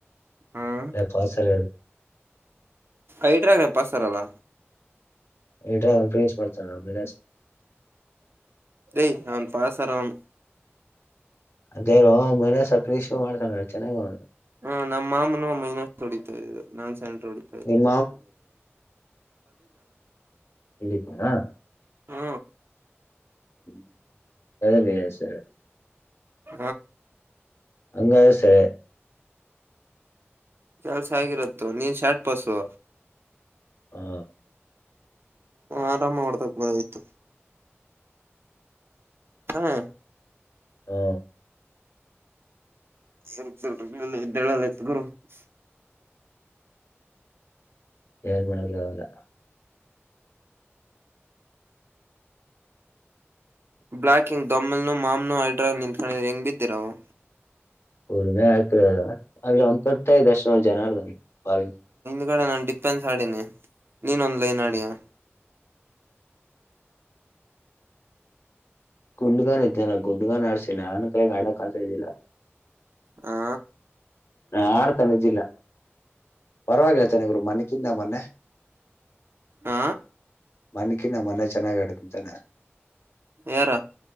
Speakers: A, on the right; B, on the left.
A: ಹ್ಮ್
B: ಎ ಪಸರ
A: ಐಟ್ರಾಗ ನ ಪಸ್ತಾರಲ್ಲ
B: ಡ್ರ ಪ್ರಿನ್ಸ್ ಮಾಡರ್ತಾರೆ ಬೆ
A: ಯ ಅವನ್ ಪಸರಾಮ
B: ಅದೇ ರೋ ಮನಸವ ಶ ಮಾಡ್ಕೊಂಡ ಚೆನ್ನ್ ನೋಿ
A: ಹಾ ನಮ್ಮ ಮಾಮೂನು ಮೈನರ್ ಹೊಡಿತಾದು ನಾನ್ ಸೆಂಟ್ರ ಹೊಡಿತಾ ಇದತ್ತು
B: ನಿಮ್ಮ ಇಲ್ಲಿಿತಾ
A: ಹಾ
B: ್ಮ ಅದಮ ಸರ
A: ಹ
B: ಹಂಗ ಸರಿ
A: ಕೆಲ್ಸ ಹಗಿರತ್ತತ್ತು ನೀನ್ ಶಾಟ್ ಪಸುವ
B: ಹಾ
A: ಆರಾಮ ಮಾಡಡ್ತಾಕಬೋದ ಆಯ್ತು ಹಾ
B: ಹ್ಮ
A: ್ದದತ್ ಗುರು <unintelligible>
B: ಎಏಳ್ ಮಳಗಾವಲ್ಲ
A: ಬ್ಲ್ಾಕ್ ಹಂಗ್ ದೊಮ್ಮೆಲ್ನ ಮಾಮ್ನುೋ ಅಲ್ಡ್ರಾ ನಿಂತ್ ಹೆಂಗ್ ಬಿದ್ದಿರವು
B: ರ್ಮೆ ಆಾಕರದ ಆದ್ರೆ ಒಂದ ಕೊಡ್ತ ಇದರ್ಶನ ಜನಾರ್ದಾಲ್
A: ಈ ಕಡೆ ನಾನು ಡಿಪೆನ್ಸ್ ಆಡೀಿನನೆ ನೀನ್ೊಂದ್ ಲೈನ್ ಆಡಿಯಾ
B: ಗುಂಡ್ಗನ್ ಇದ್ದನಲ್ಲ ಗುಂಡ್ಗನ್ ಆರ್ಸಿ ನಾನು ಕೈಗೆ ಆಡಕ್ ಆತ ಇದ್ದಿಲ್ಲ
A: ಹಾ
B: ಹಾ ಆಡ್ತ ನಿಿದ್ದಿಲ್ಲ ಪರವಾಗಿಲ್ಲ ಚೆನಗರು ಮೊನ್ನೆ ಕಿಿಂದ ಮೊನ್ನೆ
A: ಆ
B: ಮನ್ಕಿ ನ ಮನೆ ಚೆನ್ನಾಗ ಅಡ್ಕಂತಾನ
A: ಎರ